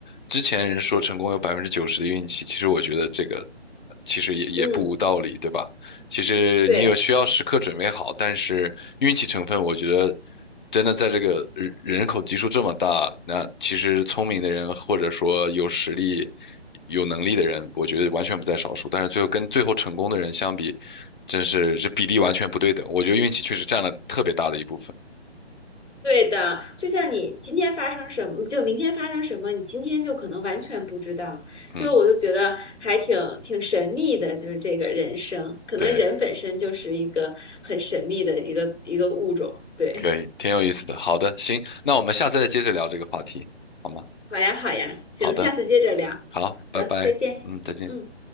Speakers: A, on the left; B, on the left.
A: 之前人说成功有百分之九十的运气，其实我觉得这个其实也也不无道理，
B: 嗯，
A: 对吧？其实你有需要时刻准备好，
B: 对。
A: 但是运气成分，我觉得真的在这个人人口基数这么大，那其实聪明的人或者说有实力、有能力的人，我觉得完全不在少数。但是最后跟最后成功的人相比，真是这比例完全不对等。我觉得运气确实占了特别大的一部分。
B: 对的，就像你今天发生什么，就明天发生什么，你今天就可能完全不知道。
A: 嗯，
B: 就我就觉得还挺挺神秘的，就是这个人生，可能人本身就是一个很神秘的一个一个物种。
A: 对，
B: 对，
A: 可以，挺有意思的。好的，行，那我们下次再接着聊这个话题，好吗？
B: 好呀，好呀，行，
A: 好的，
B: 下次接着聊。好的，
A: 好，拜拜。
B: 再见。
A: 嗯，再见。
B: 嗯。